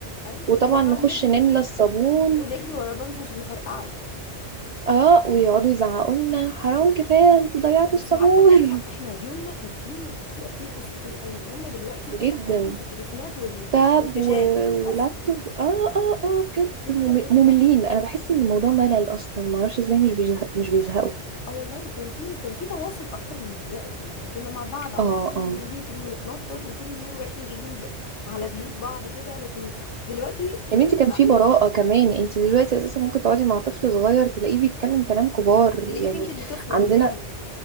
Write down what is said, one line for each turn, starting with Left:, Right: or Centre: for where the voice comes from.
Left: ايوه
Right: وطبعا
Left: كنا نقعد
Right: نخش
Left: نجري
Right: نملى الصابون
Left: ونجري ورا البابا عشان نفرقعه
Right: اه ويقعدوا يزعقوا لنا حرام كفايه انتوا ضيعتوا الصابون
Left: بس عارفه احنا احنا يومنا كان فيه كان فيه اكتيفيتيز كتير قوي هم دلوقتي
Right: <laughs>
Left: كل
Right: جدا
Left: حياتهم في التليفونات وال-
Right: تاب
Left: والشاشات
Right: و... ولابتوب
Left: بس
Right: اه اه اه بجد
Left: لكن
Right: مم-
Left: احنا بجد لا
Right: مملين
Left: لا
Right: انا بحس ان الموضوع ملل اصلا معرفش ازاي مش بيزه... مش بيزهقوا
Left: اه والله وكان فيه كان فيه تواصل اكتر من دلوقتي يعني كنا مع بعض على
Right: اه
Left: طول
Right: اه
Left: ونجري ونتنطط وطول اليوم رايحين جايين ب- على بيوت بعض كده لكن دلوقتي كبيرهم
Right: يا بنتي كان في
Left: قوي
Right: براءة كمان انت دلوقتي اساسا ممكن تقعدي مع طفل صغير تلاقيه بيتكلم كلام كبار
Left: تلاقيك
Right: يعني
Left: انت اللي طفل
Right: عندنا
Left: قدامه